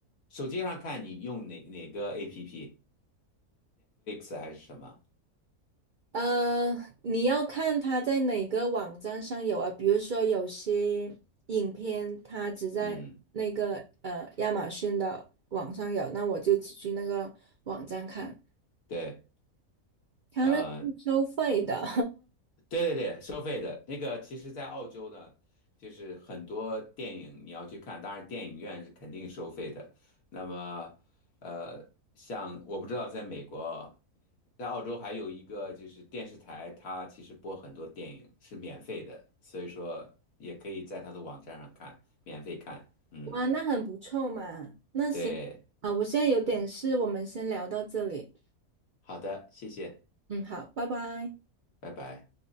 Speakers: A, on the left (about 80°); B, on the right (about 70°).
A: 手机上看你用哪哪个 APP？Netflix 还是什么？
B: 呃，你要看它在哪个网站上有啊？比如说有些影片它只在那个呃亚马逊的网上有，
A: 嗯，
B: 那我就只去那个网站看。
A: 对。
B: 它那是收费的，
A: 啊，对对对，收费的那个，其实，在澳洲呢，就是很多电影你要去看，当然电影院是肯定收费的。那么，呃，像我不知道在美国啊，在澳洲还有一个就是电视台，它其实播很多电影是免费的，所以说也可以在它的网站上看，免费看。
B: <laughs>
A: 嗯，
B: 哇，那很不错嘛。那行啊，
A: 对，
B: 我现在有点事，我们先聊到这里。
A: 好的，谢谢，
B: 嗯，好，拜拜。
A: 拜拜。